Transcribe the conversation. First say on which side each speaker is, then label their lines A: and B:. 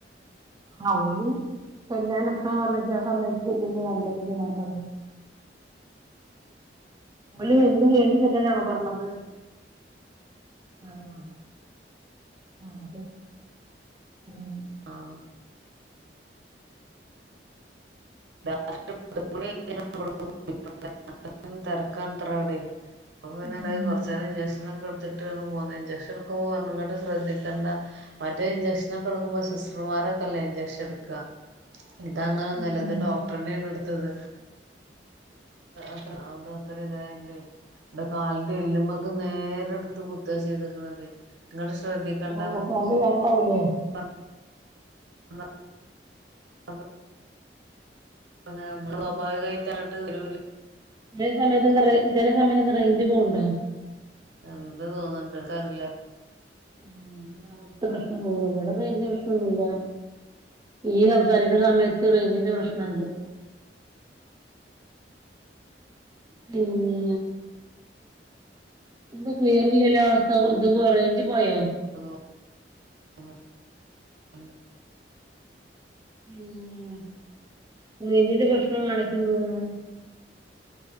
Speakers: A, on the right; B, on the right.
A: ആഹ് ഓല് ചെല്ലാൻ എപ്പഴാ പറഞ്ഞേച്ച ആഹ് സമയത്ത് ചെല്ലല്ലേ നല്ലതെന്ന് ഞാൻ പറയു ഓല് മരുന്ന് കഴിഞ്ഞിട്ട് ചെല്ലാനാണോ പറഞ്ഞത് ആഹ് ആഹ് <unintelligible>
B: ആഹ് രാത്രി ഒരുമണി അയിന് ഇവിടുന്ന് പോകുമ്പോ അത്രയും തിരക്കാണത്രെ അവിടെ അപ്പൊ പിന്നെ
A: ഉം
B: എന്തായി കൊർച് നേരം ഇൻജെക്ഷൻ ഒക്കെ എടുത്തിട്ടാണ് പോന്നത് ഇഞ്ചെക്ഷൻ വെക്കുമ്പോ പറഞ്ഞ് ഇങ്ങട്ട് ശ്രദ്ധിക്കണ്ട മറ്റേ ഇഞ്ചെക്ഷനൊക്കെ എടുക്കുമ്പോ സിസ്റ്റർമാരൊക്കെല്ലേ ഇൻജെക്ഷൻ എടുക്ക ഇതങ്ങനൊന്നുവല്ല
A: ഉം
B: ഇത് ഡോക്ടറെന്നേണ് എ എട്ത്തത് അത്ര അതത്ര ഇതയെന്റെ ന്റെ കാലിന്റെ എല്ലുമ്മക്ക് നേരെട് ത്ത് കുത്താ ചെയ്ത്ക്കണതെ ഇങ്ങട്ട് ശ്രദ്ധിക്കണ്ട
A: ഓഹ് അപ്പൊ നല്ല വേനണ്ടാവൂലേ
B: ആ ആ <inaudible> അതെ നമ്മള് സ്വാഭാവികായിട്ട് അങ്ങട്ട് വരൂല്ലേ
A: ചെല സമയത്ത് എന്താ ചെല സമയത്ത് എന്താ റേഞ്ച് പോവ്ണ്ടോ
B: ഇണ്ട് തോന്ന്ണ്ട് ഇൻക്കറില്ല
A: ഉം അവ്ട്ത്തെ പ്രശ്ന തോന്നുണു ഇവടെ റേഞ്ച് പ്രശ്‌നൊന്നുല്ല ഇയ്യ് സംസാ സാരിക്കണ സമയത്ത് റേഞ്ചിന്റെ പ്രശ്നണ്ട് പിന്നെ എന്താ ക്ലിയറില്ലല്ലോ ആഹ് അത് പോ റേഞ്ച് പോയോ
B: അ <inaudible>
A: ഉം റേഞ്ചിന്റെ പ്രശ്നം കാണിക്ക്ണ്ട് തോന്നുണ്